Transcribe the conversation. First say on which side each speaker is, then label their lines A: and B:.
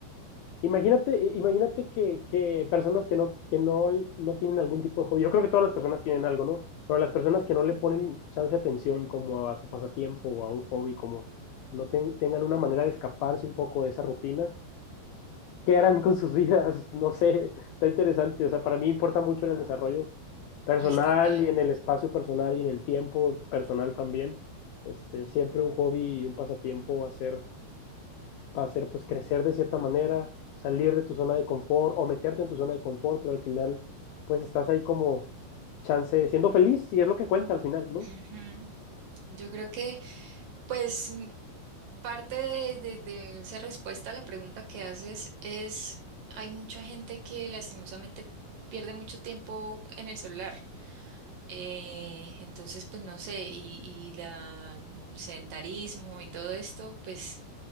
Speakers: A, on the left; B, on the right.
A: Imagínate, i- imagínate que, que personas que no, que no, no tienen algún tipo de hobby, yo creo que todas las personas tienen algo, ¿no? Pero las personas que no le ponen chance de atención como a su pasatiempo o a un hobby, como que no ten- tengan una manera de escaparse un poco de esa rutina qué harán con sus vidas, no sé, está interesante, o sea, para mí importa mucho en el desarrollo personal
B: Ay, total.
A: y en el espacio personal y en el tiempo personal también. Este, siempre un hobby y un pasatiempo va a ser, va a ser pues crecer de cierta manera, salir de tu zona de confort o meterte en tu zona de confort, pero al final pues estás ahí como chance siendo feliz y es lo que cuenta al final, ¿no?
B: Ujú. Yo creo que pues mm, parte de, de, de esa respuesta a la pregunta que haces es, hay mucha gente que lastimosamente pierde mucho tiempo en el celular. Eh, entonces, pues no sé, y, y la, el sedentarismo y todo esto, pues